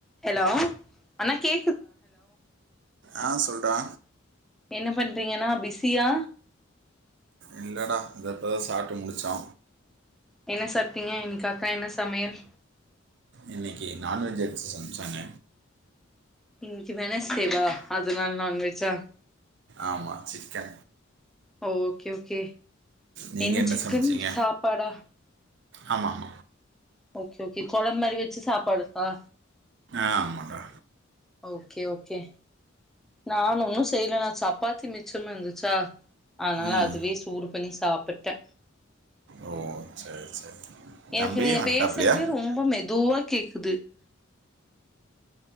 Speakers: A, in the centre; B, on the right.
A: Hello அண்ணா கே
B: ஆஹ சொல்டா
A: என்ன பண்றீங்கன்னா பிஸியா
B: இல்லடா இத எப்போத சாட்டு முடிச்சோ
A: என்ன சாப்பிட்டீங்க இனைக்கு அக்கா என்ன சமையல்
B: இன்றைக்கு நான்வெஜ் எடுத்து செமைச்சாங்க
A: இனக்கு வெனஸ்டே வா அதனால நான்வெஜ் ச்சா
B: ஆமா சிக்கே
A: ஓகே ஓகே
B: நீங்கள்
A: என்ன சிக்கன்
B: சமைச்சீங்க
A: சாப்பாடா
B: ஆமாம்
A: ஓகே ஓகே கொழம்பு மாரி வச்சு சாப்பாடுக்கா
B: ஆமாட
A: ஓகே ஓகே நான் ஒன்னும் செய்யல நான் சாப்பாத்தி மிச்சமா இருந்துச்சா அதனால
B: ம்
A: அதுவே சூடு பண்ணி சாப்பிட்டே
B: ஓ சரி சரி
A: எனக்கு
B: தம்பி
A: நீங்க
B: வந்துட்டாப்லையா
A: பேசுறது ரொம்ப மெதுவா கேக் விது <inaudible>